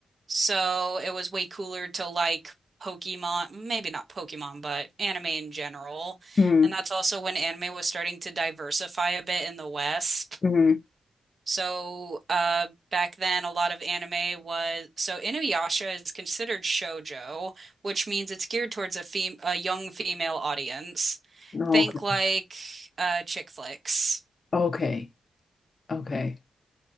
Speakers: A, on the right; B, on the left.
A: So it was way cooler to like Pokemon, maybe not Pokemon, but anime in general.
B: Mm,
A: And that's also when anime was starting to diversify a bit in the West.
B: mm,
A: So uh back then a lot of anime was so Inuyasha is considered shoujo, which means it's geared towards a fem a young female audience.
B: okay.
A: Think like uh, chick flicks.
B: Okay. Okay.